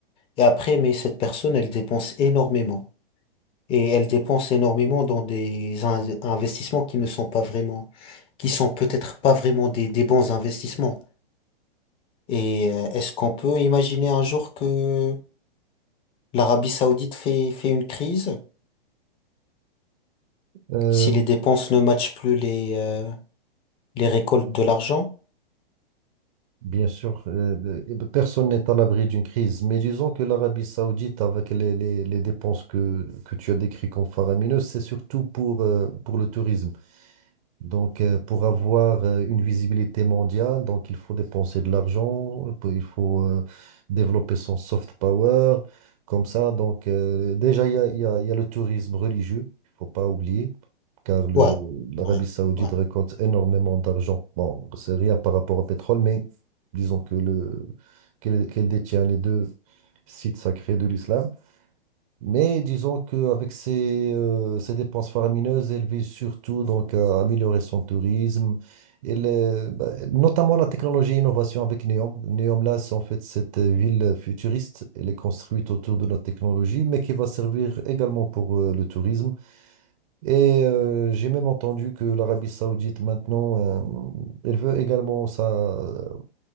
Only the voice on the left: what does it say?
Et après, mais cette personne, elle dépense énormément. et elle dépense énormément dans des in- investissements qui ne sont pas vraiment, qui sont peut-être pas vraiment des, des bons investissements. Et euh, est-ce qu'on peut imaginer un jour que l'Arabie Saoudite fait, fait une crise
si les dépenses ne matchent plus les, euh, les récoltes de l'argent?
Ouais,
c'est vrai.
Ouais.